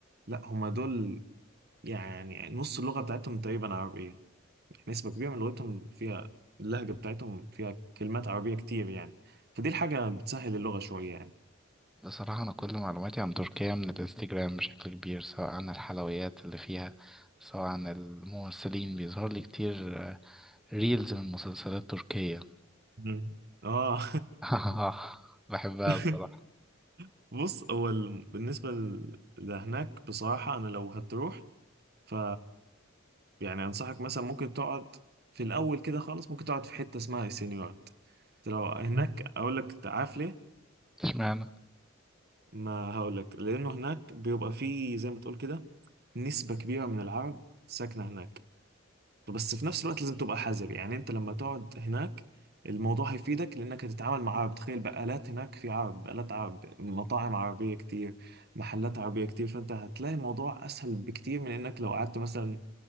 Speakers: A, on the right; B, in the centre.
A: لا هما دول يعني يعني نص اللغة بتاعتهم تقريبا عربية يعني نسبة كبيرة من لغتهم فيها اللهجة بتاعتهم فيها كلمات عربية كتير يعني فدي الحاجة بتسهل اللغة شوية يعني
B: بصراحة أنا كل معلوماتي عن تركيا من الانستجرام بشكل كبير سواء عن الحلويات اللي فيها سواء عن الممثلين بيظهر لي كتير آه، ريلز من مسلسلات تركية
A: مم. اه
B: <laughs> بحبها
A: <laughs>
B: الصراحة
A: بص هو ال- بالنسبة ل- لهناك بصراحة أنا لو هتروح ف يعني أنصحك مثلا ممكن تقعد في الأول كده خالص ممكن تقعد في حتة اسمها السينيورات لو هناك أقول لك عارف ليه
B: اشمعنى
A: ما هقولك لأنه هناك بيبقى فيه زي ما تقول كده نسبة كبيرة من العرب ساكنة هناك بس في نفس الوقت لازم تبقى حذر يعني أنت لما تقعد هناك الموضوع هيفيدك لأنك هتتعامل مع عرب تخيل بقالات هناك في عرب بقالات عرب مطاعم عربية كتير محلات عربية كتير فأنت هتلاقي الموضوع أسهل بكتير من إنك لو قعدت مثلا